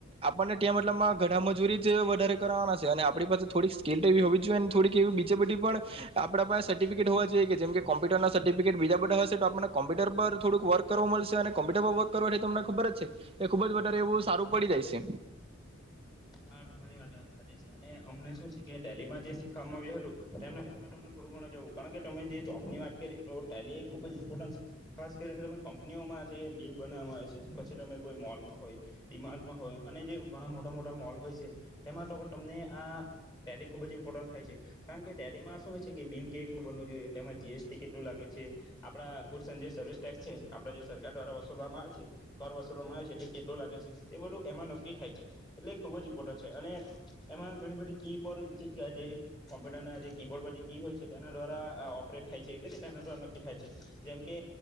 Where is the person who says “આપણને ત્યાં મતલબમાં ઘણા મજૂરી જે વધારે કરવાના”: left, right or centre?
Right